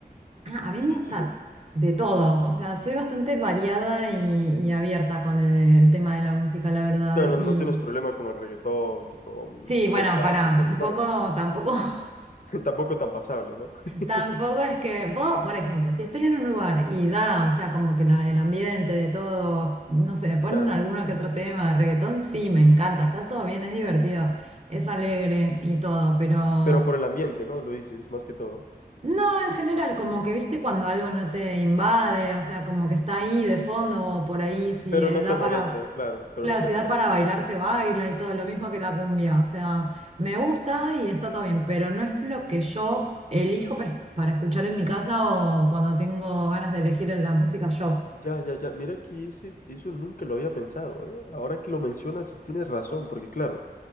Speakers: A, on the right (about 40°); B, on the left (about 55°).
A: Ah, a mí
B: Sí,
A: me gusta
B: sí. No, o
A: de todo, o sea, soy bastante variada y, y abierta con el, tema de la música, la verdad,
B: sea, no,
A: Y
B: no tienes problema con el reggaetón, con
A: Sí, bueno,
B: el rap,
A: para,
B: ni con-
A: un
B: bueno,
A: poco, tampoco, <laughs>
B: <laughs> tampoco tan pasable, ¿no? <laughs>
A: tampoco es que vos, por ejemplo, si estoy en un lugar y da, o sea, como que la, el ambiente, de todo, no sé, ponen
B: Claro.
A: alguno que otro tema de reggaetón, sí, me encanta, está todo bien, es divertido, es alegre y todo, pero
B: Pero por el ambiente, ¿no? Lo dices, más que todo.
A: No, en general, como que viste cuando algo no te invade, o sea, como que está ahí de fondo o por ahí, si
B: Pero
A: eh,
B: no
A: da
B: te molesta,
A: para,
B: claro, pero
A: claro,
B: no te
A: si
B: molesta.
A: da para bailar, se baila y todo, lo mismo que la cumbia, o sea, me gusta y está todo bien, pero no es lo que yo elijo para, para escuchar en mi casa o cuando tengo ganas de elegir la música yo.
B: Ya, ya, ya. Mira que ese- eso nunca lo había pensado, ¿eh? Ahora que lo mencionas, sí tienes razón, porque claro,